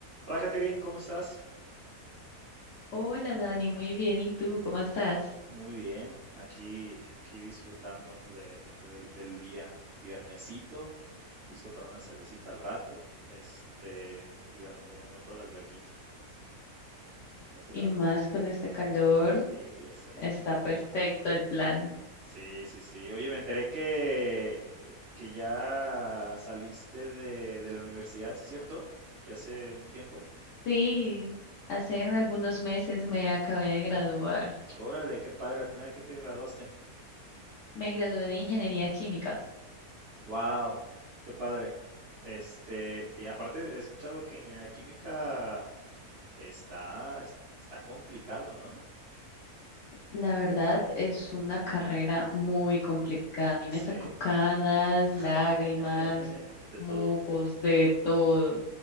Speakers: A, on the right; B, on the left.
A: Hola, Catherine, ¿cómo estás?
B: Hola Dani, muy bien. ¿Y tú cómo estás?
A: Muy bien, aquí, aquí disfrutando de- del del día. Viernesito, listo para una cervecita al rato, este, y a lo mejor me meto a la alberquita con este
B: Y
A: calor.
B: más con este calor,
A: Sí, ya sé.
B: está perfecto el plan.
A: Sí, sí, sí. Oye, me enteré que, que ya saliste de, de la universidad, ¿sí es cierto? Ya hace un tiempo.
B: Sí, hace algunos meses me acabé de graduar.
A: Órale, qué padre, al final de qué te graduaste.
B: Me gradué de ingeniería química.
A: Wow, qué padre. Este, y aparte he escuchado que ingeniería química está, es- está complicado, ¿no?
B: La verdad es una carrera muy complicada. A mí me
A: Sí,
B: sacó canas, lágrimas,
A: <laughs> de
B: mocos,
A: todo.
B: de todo.